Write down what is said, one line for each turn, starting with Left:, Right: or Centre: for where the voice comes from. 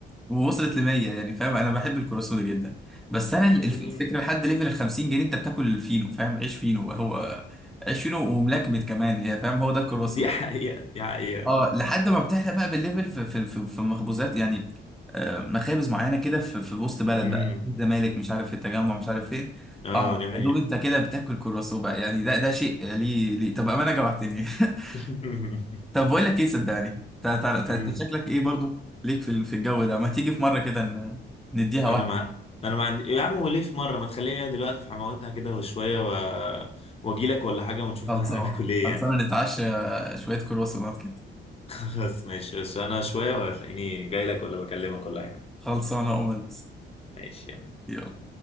Centre: ووصلت ل 100 يعني فاهم انا بحب الكرواسون جدا بس انا ال-
Left: مم،
Centre: الف- الفكره
Left: مم.
Centre: لحد ليفل ال 50 جنيه انت بتاكل الفينو فاهم عيش فينو هو عيش فينو وملكمت كمان يعني فاهم هو ده الكرواسون
Left: دي حقيقه دي حقيقه
Centre: اه لحد ما بتحلى بقى بالليفل في في في, في مخبوزات يعني آه، مخابز معينه كده في, في وسط بلد
Left: مم.
Centre: بقى الزمالك مش عارف في التجمع مش عارف فين
Left: اه
Centre: اه
Left: دي حقيقه
Centre: يا دوب انت كده بتاكل كرواسون بقى يعني ده ده شيء ليه ليه طب امانه جوعتني <laughs>
Left: <laughs>
Centre: طب بقول لك ايه صدقني انت أنت-
Left: مم.
Centre: أنت شكلك ايه برضو ليك في ال- في الجو ده ما تيجي في مره كده ن- نديها
Left: انا مع انا مع يا عم وليه في مره ما تخليها دلوقتي في حماوتها كده وشويه و... واجي لك ولا حاجه ونشوفها
Centre: خلصانة
Left: <laughs> هناكل ايه
Centre: خلصانة
Left: يعني
Centre: نتعشى شوية كرواسونات كده
Left: <laughs> خلاص ماشي بس انا شويه وهتلاقيني جاي لك ولا بكلمك ولا اي حاجه
Centre: خلصانة أملت
Left: ماشي يلا
Centre: يلا